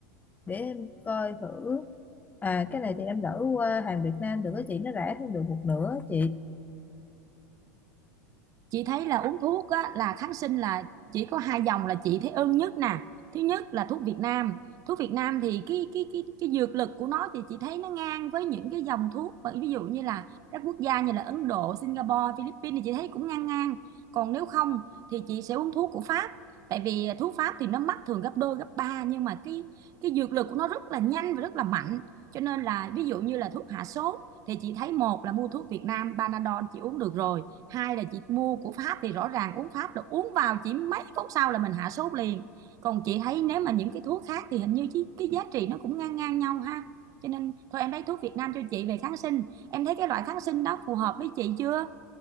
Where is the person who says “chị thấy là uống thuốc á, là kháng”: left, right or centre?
Right